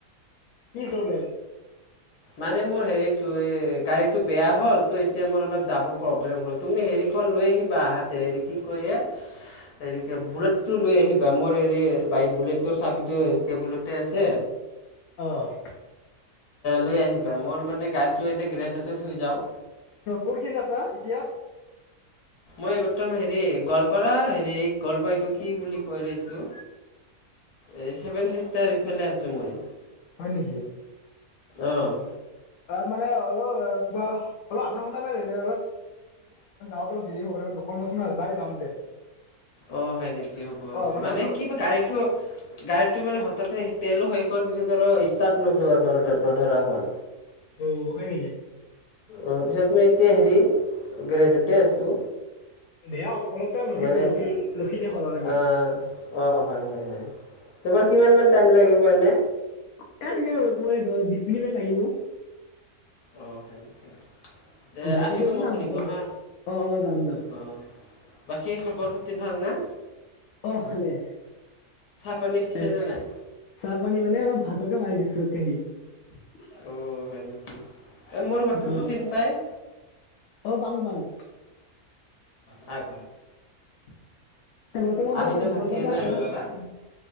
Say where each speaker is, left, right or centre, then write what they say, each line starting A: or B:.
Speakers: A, on the left; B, on the left.
A: কি প্ৰব্লেম?
B: মানে মোৰ হেৰিটো এই গাড়ীটো বেয়া হ'ল ত' এতিয়া মোৰ অলপ যাব প্ৰব্লেম হ'ল তুমি হেৰি খন লৈ আহিবা আহাতে হেৰি কি কয় এই হেৰি কিয় বুলেটটো লৈ আহিবা মোৰ হেৰি বাইক বুলটৰ চাবিটো হেৰি তেবুলতে আছে
A: অ',
B: লৈ আহিবা মোৰ মানে গাড়ীটো এতিয়া গেৰেজতে থৈ যাওঁ।
A: অ', কোনখিনিত আছা এতিয়া?
B: মই বৰ্তমান হেৰি গোৱালপাৰা হেৰি গোৱালপাৰা এইটো কি বুলি কয় ৰে এইটো? এ চেভেন ছিষ্টাৰ ইফালে আছো মই
A: হয় নেকি
B: অ',
A: অ মানে অলপ অলপ আধা <unintelligible> যাওঁতে অলপ দেৰি হ'ব পাৰে দোকানত আছোঁ না, যাই যাম দে।
B: অ', হয় নেকি হ'ব হ'ব
A: অ
B: মানে
A: অ
B: কি গাড়ীটো গাড়ীটো মানে হঠাতে তেলো শেষ হ'ল পিছত আৰু ষ্টাৰ্ট নধোৱা নধৰা হ'ল।
A: অ', হয় নেকি।
B: অ', পিছত মই এতিয়া হেৰি গেৰেজতে আছোঁ।
A: দে অলপ টাইম ৰখিবি
B: মানে
A: ৰখি
B: আ,
A: ৰখিলে হ'ল আৰু কি
B: অ', হয়, হয়, হয়। তোমাৰ কিমান মান টাইম লাগিব এনে?
A: কেনকে ক'ব এ দ, বিশ মিনিট লাগিব।
B: অ' হেনকে। দে
A: বাইকেদি
B: আহিবি
A: যাম
B: মোক
A: না সোনকালে
B: নিব' হা।
A: অ অ যাম যাম
B: অ'। বাকী খবৰ পা তি ভালনে?
A: অ', খালে
B: পানী খাইছেনে
A: এ
B: নাই
A: চাহ পানী মানে মই ভাতকে মাৰি দিছোঁ। <unintelligible>
B: অ', হয় নেকি? এ মোৰ ঘৰতো
A: অ
B: চিন্তাই
A: <unintelligible>
B: অ',
A: তেওঁ বৰ্তমান
B: আহিতো
A: দেখোন
B: থাকে
A: গোৱালপাতহে আছে।
B: না